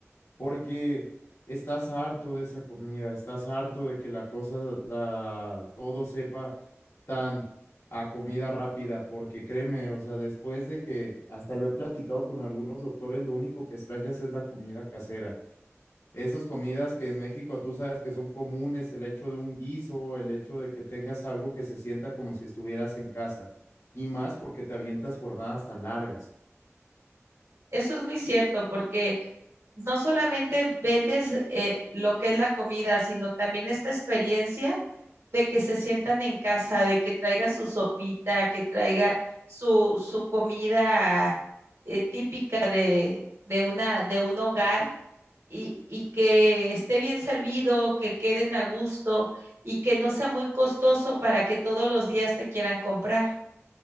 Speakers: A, on the left; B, on the right.
A: porque estás harto de esa comida, estás harto de que la cosa, la, todo sepa tan a comida rápida, porque créeme, o sea, después de que hasta lo he platicado con algunos doctores, lo único que extrañas es la comida casera. Esas comidas que en México tú sabes que son comunes, el hecho de un guiso, el hecho de que tengas algo que se sienta como si estuvieras en casa, y más porque te avientas jornadas tan largas.
B: Eso es muy cierto porque no solamente vendes eh, lo que es la comida, sino también esta experiencia de que se sientan en casa, de que traiga su sopita, que traiga su, su comida eh, típica de, de, una, de un hogar y, y que esté bien servido, que queden a gusto y que no sea muy costoso para que todos los días te quieran comprar.